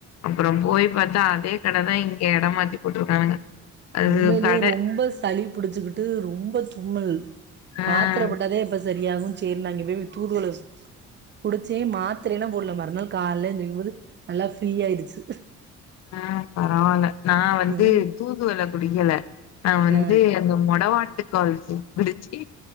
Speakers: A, on the left; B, on the right.
A: அப்புறம் போய் பாத்தா அதே கடைதா இங்க எடம் மாத்தி போட்ருக்கானுங்க அது
B: உண்மையிலயே
A: கட
B: ரொம்ப சளி புடிச்சுக்கிட்டு ரொம்ப தும்மல்
A: ஆ
B: மாத்திர போட்டதே இப்பத் சரியாகு சேர்ன்னு அங்க போயி தூதுவளஸ் குடிச்சே மாத்ரேல்லா போடல மறுநாள் கால்ல எந்திருக்கும்போது நல்லா ஃப்ரீயா ஆய்டுச்சு
A: ஆ பரவால நா வந்து
B: ம்
A: தூதுவள குடிக்கல நா வந்து
B: ஆ
A: அங்க மொடவாட்டுக்கால் சூப் குடிச்சு